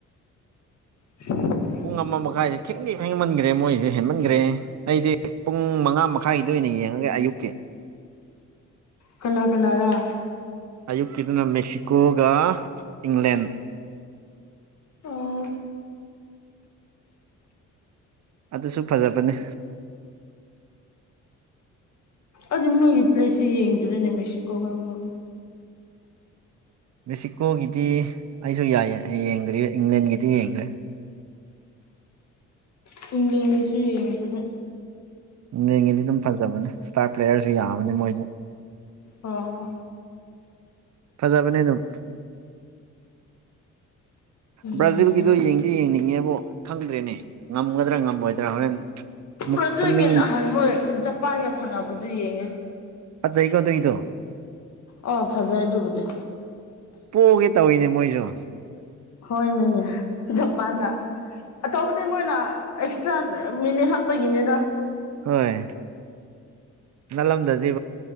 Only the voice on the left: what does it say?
<inaudible>
ꯀꯅꯥ ꯀꯅꯥ ꯔ
ꯑꯣ
ꯑꯗꯨ ꯃꯣꯏꯒꯤ ꯄ꯭ꯂꯦꯁꯁꯤꯦ ꯌꯦꯡꯗ꯭ꯔꯤꯦꯅꯦ ꯃꯦꯛꯁꯤꯀꯣꯒ ꯑꯃꯒ
ꯀꯨꯡꯡꯂꯒꯤꯁꯨ ꯌꯦꯡꯗꯅ
ꯑꯣ
ꯌꯦꯡꯗꯨꯅ
ꯔꯖꯒꯤ
ꯅꯍꯥꯟ ꯃꯣꯏ ꯖꯄꯥꯟꯒ ꯁꯥꯟꯅꯕꯗꯨ ꯌꯦꯡꯉꯦ
ꯑꯣ ꯐꯖꯩ ꯑꯗꯨꯕꯨꯗꯤ
ꯍꯣꯏꯅꯦꯅꯦ ꯖꯄꯥꯟꯅ ꯑꯇꯣꯞꯄꯗꯤ ꯃꯣꯏꯅ ꯑꯦꯛꯁꯇ꯭ꯔꯥ ꯃꯤꯅꯤꯠ ꯍꯥꯞꯄꯒꯤꯅꯤꯅ